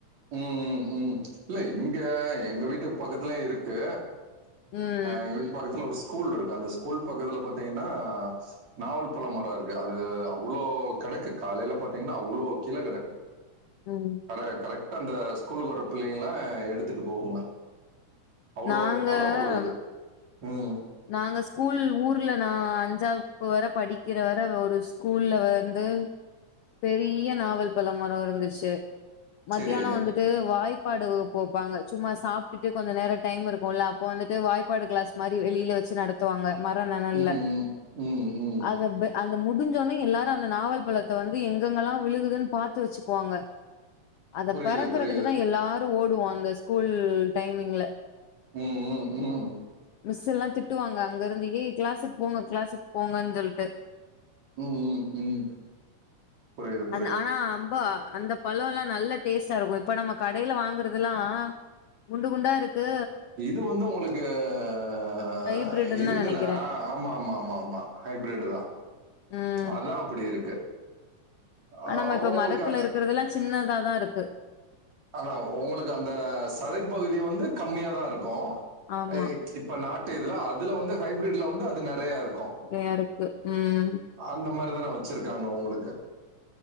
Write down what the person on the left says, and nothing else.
ம்
ம்
நாங்க
நாங்க ஸ்கூல் ஊர்ல நா அஞ்சாவப்பு வர படிகிற வர ஒரு ஸ்கூல்ல வந்து பெரிய நாவல் பழமரம் இருந்துச்சு மத்தியான
வந்து டு வாய்ப்பாடு வகுப்பு வெப்பாங்க சும்மா சாப்ட்டுட்டு கொஞ்சு நேரோ டைம் இருக்குல்ல அப்ப வந்துட்டு வாய்பாடு கிளாஸ் மாரி வெளி ல வெச்சு நடத்துவாங்க மரோ நெழல்ல
அதப் அந்த முடிஞ்சோனே எல்லாரு அந்த நாவல் பழத்த வந்து எங்கெங்கெல்லா விழுகுதுன்னு பாத்து வச்சுக்குவாங்க அத
பெறக்கறதுக்குதா
எல்லாரு ஓடுவோ அந்த ஸ்கூல் டைமிங்ல
மிஸ்ல்லா திட்டுவாங்க அங்க இருந்து ஏய் கிளாஸ்க்கு போங்க கிளாஸ்க்கு போங்கன்னு சொல்ட்டு
அந் ஆனா அப்போ அந்தப் பழோல்லா நல்ல டேஸ்ட்டா இருக்கு இப்ப நம்ம கடையில வாங்குறது ல்லா குண்டு குண்டா இருக்கு
ஹைபிரிட்ன்னு
தா நெனைக்கிறே
ம்
ஆனா
நம்ம இப்ப
மரத்துல
இருகறது ல்லா சின்னதாதா இருக்கு
ஆமா
நயா இருக்கு ம்